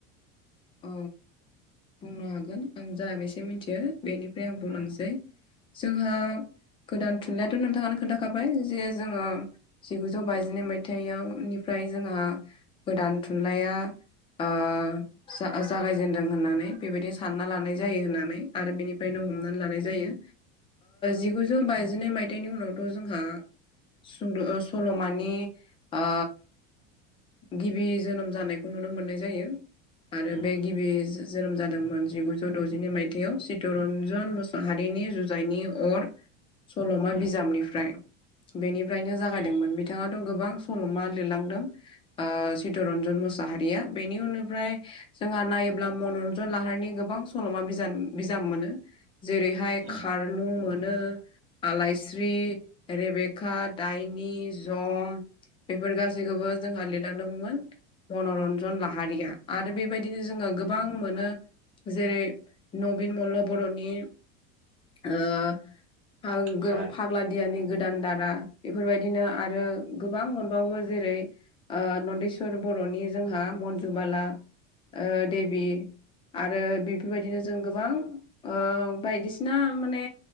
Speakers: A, on the left; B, on the right.
A: औ बुंनो हागोन आं जा बेसे मिथियो बेनिफ्राय आं बुंलांसै
B: उम
A: जोंहा गोदान थुनलाइाथ नोंथाङानो खोनथा खाबाय जे जोङो जिगुजौ बाजिनै मायथाइयावनिफ्राय जोंहा गोदान थुनलाइया ओ जा जागायजेनदों होननानै बेबायदि सानना लानाय जायो होननानै आरो बेनिफ्रायनो
B: उम
A: हमना लानाय जायो जिगुजौ बाजिनै मायथाइनि उनावथ जोंहा सुंद सल मानि ओ गिबि जोनोम जानायखौ नुनो मोननाय जायो आरो
B: उम
A: बे गिबि जोनोम जादोंमोन जिगुजौ द ज जिनै मायथाइाव चितरन्जन मुसाहारिनि जुजाइनि अर सल
B: उम
A: मा बिजाबनिफ्राय बेनिफ्रायनो जागायदोंमोन
B: उम
A: बिथाङा गोबां सल मा लिरलांदों चितरन्जन मुसाहारिया बेनि उननिफ्राय जोंहा नायोब्ला मन रन्जन लाहारनि गोबां सल मा बिजाब मोनो जेरैहाय
B: उम
A: खारलुं
B: उम
A: मोनो आलायस्रि रेबेका दायनि जम बेफोर गासैखौबो जोंहा लिरलांदोंमोन मन रन्जन लाहारिया आरो बेबायदिनो जोङो गोबां आं मोनो जेरै नबिन मल्ल बर नि आ <unintelligible>
B: हादान
A: ग्लादियानि गोदान दारा बेफोरबायदिनो आरो गोबां मोनबावो जेरै ओ नन्देस्वर बर नि जोंहा मनजुुबाला ओ देबि आरो
B: उम
A: बिफ बेफोरबायदिनो जों गोबां ओ बायदिसिना माने